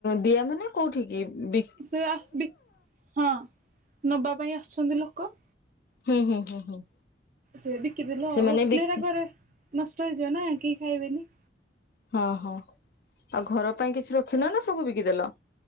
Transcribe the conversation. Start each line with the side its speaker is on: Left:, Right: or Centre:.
Left: ଦିଆ ମାନେ କୋଉଠି କି ବି
Right: ସେ ବିକ୍ ହଁ ନବା ପାଇଁ ଆସୁଛନ୍ତି ଲୋକ।
Left: ହୁଁ ହୁଁ ହୁଁ ହୁଁ।
Right: ସେ ବିକିଦେଲୁ
Left: ସେମାନେ
Right: ଆଉ ରଖିଲେ
Left: ବିକି
Right: ଏରା ଘରେ ନଷ୍ଟ ହେଇଯିବ ନା କେହି ଖାଇବେନି।
Left: ହଁ ହଁ ଆଉ ଘର ପାଇଁ କିଛି ରଖିନ ନା ସବୁ ବିକିଦେଲ।